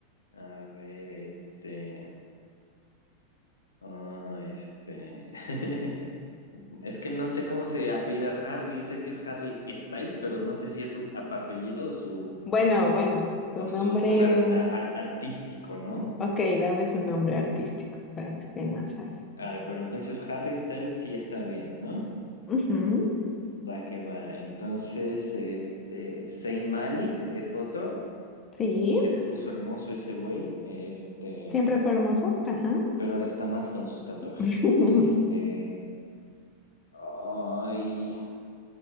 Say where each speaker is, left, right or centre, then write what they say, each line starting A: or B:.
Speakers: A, on the left (about 70°); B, on the left (about 25°).
A: A ver, este. ah, este. <laughs> Es que no sé cómo se apellida Harry. Sé que es Harry Styles, pero no sé si es su ap- apellido o su,
B: Bueno, bueno, su
A: o
B: nombre.
A: su nombre art-
B: mm,
A: ar- artístico, ¿no?
B: Ok, dame su nombre artístico para que sea más fácil.
A: A ver, pero entonces Harry Styles sí está bien, ¿no?
B: Ujú,
A: Va que va. Entonces, este. Zayn Malik es otro
B: Sí.
A: que se puso hermoso ese güey. Este.
B: Siempre fue hermoso. Ajá.
A: Pero ahora está más con sus tatuajes.
B: <laughs>
A: Este. Ay,